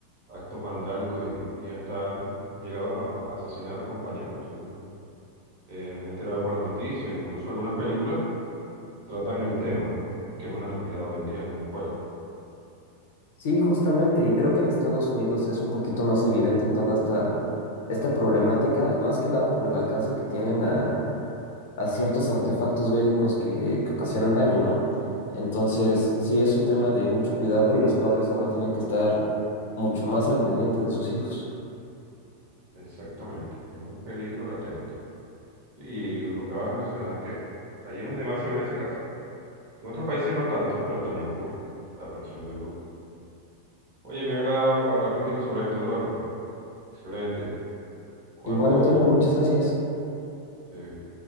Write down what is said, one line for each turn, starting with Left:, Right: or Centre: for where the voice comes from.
Right: actos vandálicos y, y hasta han llegado a, a asesinar a compañeros, según eh, me he enterado por las noticias, incluso algunas películas tratan el tema, que es una realidad hoy en día en las escuelas.
Left: Sí, justamente, y creo que en Estados Unidos es un poquito más evidente toda esta, esta problemática, más que nada por el alcance que tienen a a ciertos artefactos bélicos que, que ocasionan daño, ¿no? Entonces,
Right: Claro.
Left: sí es un tema de mucho cuidado y los padres ahora tienen que estar mucho más al pendiente de sus hijos.
Right: Exactamente, es un peligro latente. Y lo que acabas de mencionar, que allí es donde más se ve ese caso. En otros países no tanto, pero también ocurre la presión de grupo. Oye, me ha agradado hablar contigo sobre esto, Eduardo. Excelente. Cuando,
Left: Igual, Antonio, muchas gracias.
Right: eh,